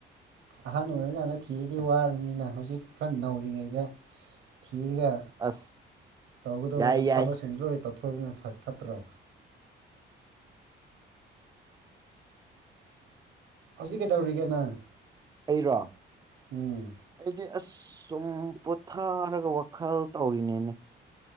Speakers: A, on the right (about 85°); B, on the right (about 20°).
A: ꯑꯍꯥꯟꯕ ꯑꯣꯏꯔꯀꯥꯟꯗ ꯊꯤꯔꯗꯤ ꯋꯥꯔꯅꯤꯅ ꯍꯧꯖꯤꯛ ꯈꯔ ꯅꯧꯔꯤꯉꯩꯗ ꯀꯤꯔꯒ
B: ꯑꯁ
A: ꯇꯧꯒꯗꯧꯕꯗ
B: ꯌꯥꯏ ꯌꯥꯏ
A: ꯊꯕꯛ ꯁꯟꯗꯣꯏ ꯇ ꯐꯨꯅ ꯐꯠꯇ꯭ꯔꯣ ꯍꯧꯖꯤꯛ ꯀꯩꯗꯧꯔꯤꯒꯦ ꯅꯪ
B: ꯑꯩꯔꯣ
A: ꯎꯝ
B: ꯑꯩꯗꯤ ꯑꯁ ꯁꯨꯝ ꯄꯣꯊꯥꯔꯒ ꯋꯥꯈꯜ ꯇꯧꯔꯤꯅꯦꯅꯦ